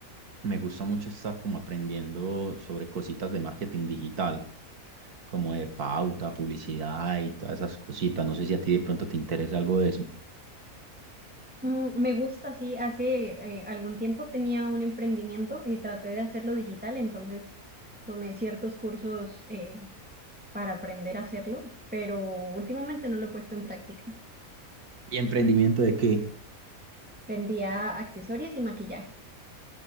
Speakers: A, on the right; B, in the centre.
A: me gusta mucho estar como aprendiendo sobre cositas de marketing digital, como de pauta, publicidad y todas esas cositas. No sé si a ti de pronto te interesa algo de eso.
B: Mm, me gusta, sí. Hace eh, algún tiempo tenía un emprendimiento y traté de hacerlo digital, entonces tomé ciertos cursos eh, para aprender a hacerlo, pero últimamente no lo he puesto en práctica.
A: ¿Y emprendimiento de qué?
B: Vendía accesorios y maquillaje.